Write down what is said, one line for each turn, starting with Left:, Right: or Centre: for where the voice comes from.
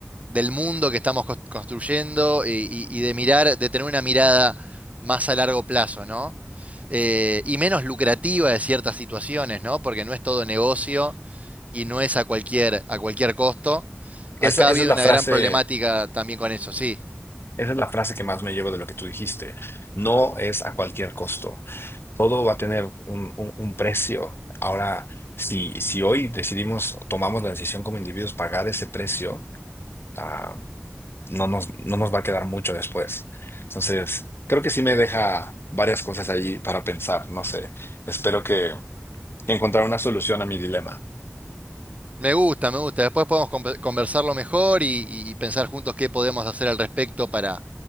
Right: del mundo que estamos cos- construyendo y, y- y de mirar, de tener una mirada más a largo plazo, ¿no? Eh, y menos lucrativa de ciertas situaciones, ¿no? Porque no es todo negocio y no es a cualquier, a cualquier costo. Acá
Left: Esa, esa
Right: ha habido
Left: es la
Right: una
Left: frase,
Right: gran problemática también con eso, sí.
Left: esa es la frase que más me llevo de lo que tú dijiste. No es a cualquier costo. Todo va a tener un, un- un precio. Ahora, si, si hoy decidimos, tomamos la decisión como individuos pagar ese precio, ah, no nos, no nos va a quedar mucho después. Entonces, creo que sí me deja varias cosas ahí para pensar. No sé, espero que encontrar una solución a mi dilema.
Right: Me gusta, me gusta. Después podemos con- conversarlo mejor y, y- y pensar juntos qué podemos hacer al respecto para,